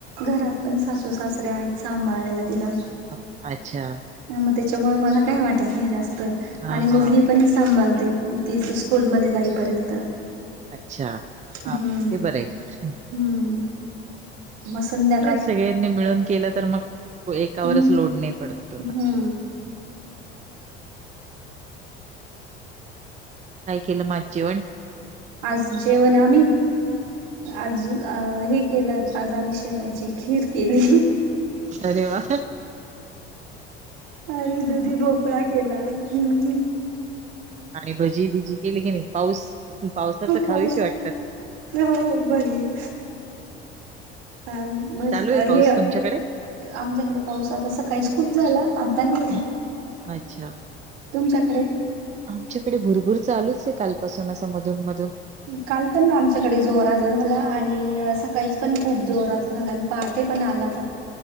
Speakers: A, on the right; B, on the right.
A: घरात पण सासू सासरे आहेत सांभाळायला तिला.
B: हं, अच्छा!
A: ह म त्याच्यामुळे मला काही वाटत नाही जास्त.
B: हां,
A: आणि मुलगी पण सांभाळते. ती स्कूलमध्ये जाईपर्यंत.
B: अच्छा
A: हम्म
B: हा ते बरं आहे.
A: हम्म मगं संध्या
B: का सगळ्यांनी मिळून केलं तर मग एकावरच
A: हम्म
B: लोड नाही पडत तेवढा.
A: हम्म
B: काय केलं माज जेवण?
A: आज जेवण आम्ही, आज हे केलं आज आम्ही शेवायचे खिर केली.
B: अरे वाह!
A: आणि दूधी
B: हां,
A: भोकळा केला हमं.
B: आणि भजी -बिजी केली की नाही पाऊस पावसाच खावेशी
A: पाऊस
B: वाटतात.
A: हो भज्जी, ह, मं,
B: चालू
A: काय
B: आहे पाऊस
A: हे
B: तुमच्याकडे?
A: आमच्याकडे पाऊस आता सकाळीच खूप झाला आता नाही.
B: हं, अच्छा
A: तुमच्याकडे?
B: आमच्याकडे भुरभूर चालूच आहे कालपासून असं मधून -मधून.
A: काल पण आमच्याकडे जोरात झाला आणि सकाळीच पण खूप जोरात झाला पहाटे पण आलाता.